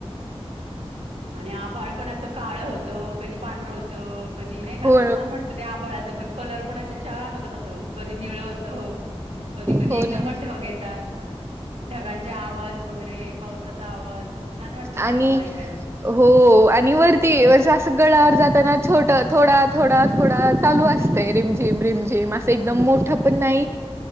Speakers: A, on the right; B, on the right.
A: आणि आभाळ पण असं काळ होत. तो कधी पांढर होत. कधी नाही का
B: हो
A: असं छान वाटतं ते आबाळाचं पण कलर. पण असे छान होत तस कधी निळ होत हो. कधी कधी
B: हो
A: एकदमच
B: ना
A: ढग येतात. ढगांच्या आवाज वगैरे, पावसाचा आवाज. छान वाटतो कानाला
B: आणि
A: ऐकायला.
B: हो आणि वरती म्हणज असं गडावर जाताना छोट थोडा थोडा थोडा चालू असतय. रिमझिम रिमझिम असं एकदम मोठं पण नाही,